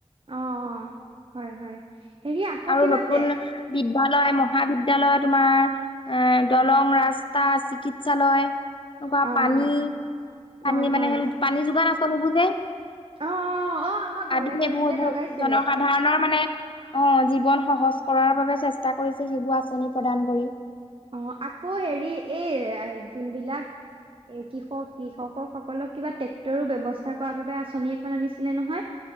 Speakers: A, on the right (about 50°); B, on the left (about 45°).
A: অ', অ'। হয় হয়। হেৰি আকৌ
B: আৰু
A: কিবা
B: নতুন
A: তে
B: বিদ্যালয়, মহাবিদ্যালয় তোমাৰ আ, দলং, ৰাস্তা, চিকিৎসালয় এনেকুৱা
A: অ
B: পানী
A: হয়
B: পানী
A: অ
B: মানে
A: হয়
B: সেই পানী যোগান আঁচনিবোৰ যে
A: অ অ অ আমাৰ ঘৰে
B: আদি
A: ঘৰে
B: এইবোৰ
A: যে
B: এইবোৰ
A: লগাইছিলে
B: জনসা সাধাৰণৰ মানে অ' জীৱন সহজ কৰাৰ বাবে চেষ্টা কৰিছে সেইবোৰ আঁচনি প্ৰদান কৰি।
A: অ' আকৌ হেৰি এই যোনবিলাক এ, কৃষক কৃষকসকলক কিবা ট্ৰেক্টৰ ব্যৱস্থা কৰাৰ বাবে আঁচনি এখন আনিছিলে নহয়।